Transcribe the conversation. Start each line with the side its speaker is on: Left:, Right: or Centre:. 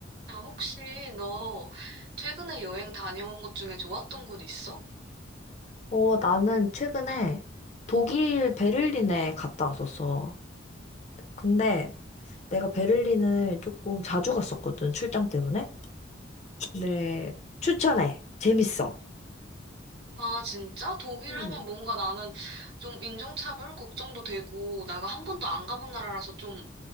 Right: 아, 혹시 너 최근에 여행 다녀온 것 중에 좋았던 곳 있어?
Left: 어, 나는 최근에 독일 베를린에 갔다 왔었어. 근데 내가 베를린을 조금 자주 갔었거든, 출장 때문에. 네. 추천해. 재밌어.
Right: 아, 진짜? 독일
Left: 음.
Right: 하면 뭔가 나는 좀 인종차별 걱정도 되고, 내가 한 번도 안 가본 나라라서 좀